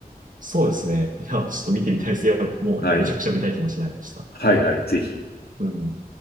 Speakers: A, on the right; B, on the left.
A: そうですね。いや、ちょっと見てみたいです。いや、もうめちゃくちゃ見たい気持ちになりました。
B: はい。はいはい、ぜひ。
A: うん。